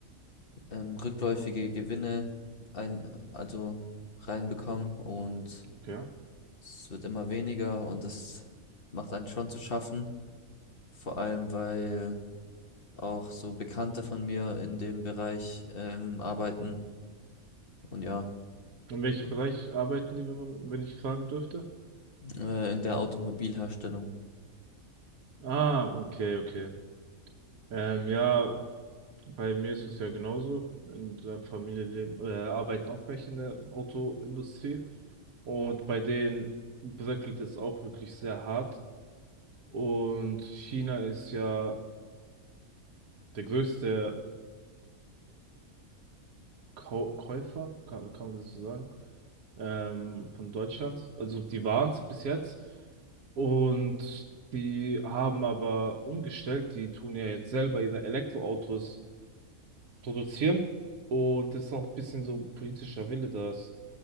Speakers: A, on the left; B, on the right.
A: ähm, rückläufige Gewinne ein, also reinbekommen und
B: okay.
A: es wird immer weniger und es macht einen schon zu schaffen, vor allem weil auch so Bekannte von mir in dem Bereich ähm, arbeiten und ja,
B: In welchem Bereich arbeiten die, wenn man, wenn ich fragen dürfte?
A: äh, in der Automobilherstellung.
B: Ah, okay, okay. Ähm, ja, bei mir ist es ja genauso. In der Familie leben, äh, arbeiten auch welche in der Autoindustrie. Und bei denen bröckelt es auch wirklich sehr hart. Und China ist ja der größte Autokäufer, kann, kann man das so sagen, ähm, von Deutschland. Also die waren es bis jetzt. Und die haben aber umgestellt, die tun ja jetzt selber ihre Elektroautos produzieren. Und das ist auch ein bisschen so politischer Wille, dass